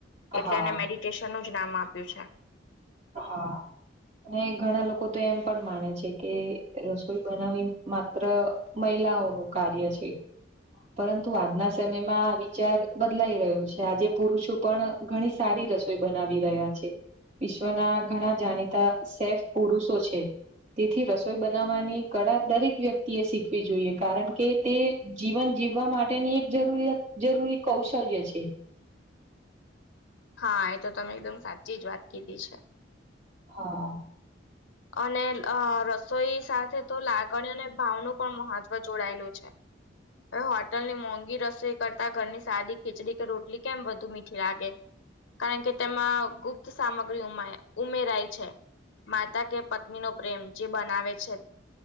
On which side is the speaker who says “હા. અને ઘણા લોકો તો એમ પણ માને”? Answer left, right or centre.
Right